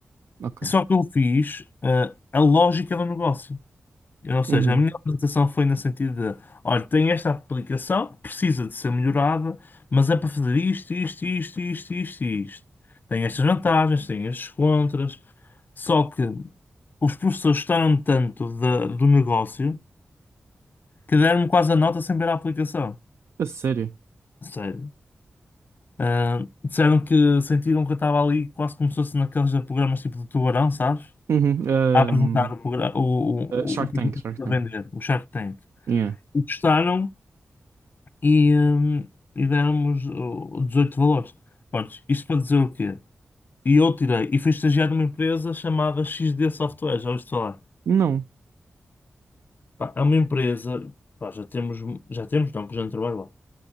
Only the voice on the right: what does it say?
ok.
Uhum.
A sério.
Uhum. hum.
Uh, Shark
Tank, Shark
Tank.
Yeah.
Não.